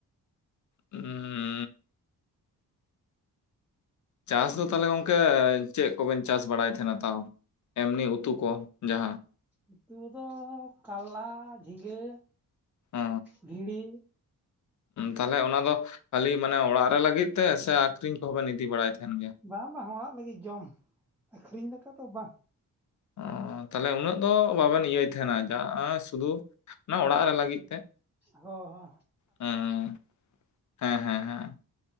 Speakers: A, on the left; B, in the centre.
A: ᱩᱸ ᱪᱟᱥ ᱫᱚ ᱛᱟᱦᱚᱞᱮ ᱜᱚᱝᱠᱮ ᱮ ᱪᱮᱫ ᱠᱚᱵᱮᱱ ᱪᱟᱥ ᱵᱟᱲᱟᱭ ᱛᱟᱦᱮᱱᱟ ᱛᱟᱣ? ᱮᱢᱱᱤ ᱩᱛᱩ ᱠᱚ ᱡᱟᱦᱟᱸ᱾
B: ᱩᱛᱩ ᱫᱚ ᱠᱟᱞᱞᱟ, ᱡᱷᱤᱸᱜᱟᱹ
A: ᱚ᱾
B: ᱵᱷᱤᱲᱤ
A: ᱛᱟᱞᱦᱮ ᱚᱱᱟ ᱫᱚ ᱠᱷᱟᱞᱤ ᱢᱟᱱᱮ ᱚᱲᱟᱜ ᱨᱮ ᱞᱟᱹᱜᱤᱫ ᱛᱮ ᱥᱮ ᱟᱠᱷᱨᱤᱧ ᱠᱚᱦᱚᱸ ᱵᱮᱱ ᱤᱫᱤ ᱵᱟᱲᱟᱭ ᱛᱟᱦᱮᱱ ᱜᱮᱭᱟ
B: ᱵᱟᱝ ᱵᱟᱝ ᱚᱲᱟᱜ ᱞᱟᱹᱜᱤᱫ ᱡᱚᱢ, ᱟᱹᱠᱷᱨᱤᱧ ᱞᱮᱠᱟ ᱫᱚ ᱵᱟᱝ᱾
A: ᱚᱸ ᱛᱟᱦᱞᱮ ᱩᱱᱟᱹᱜ ᱫᱚ ᱵᱟᱵᱮᱱ ᱤᱭᱟᱹᱭ ᱛᱟᱦᱮᱱᱟ ᱡᱟ ᱥᱩᱫᱩ ᱚᱱᱟ ᱚᱲᱟᱜ ᱨᱮ ᱞᱟᱹᱜᱤᱫ ᱛᱮᱫ᱾
B: ᱦᱚ ᱦᱚ᱾
A: ᱦᱩᱸ, ᱦᱮᱸ ᱦᱮᱸ ᱦᱮᱸ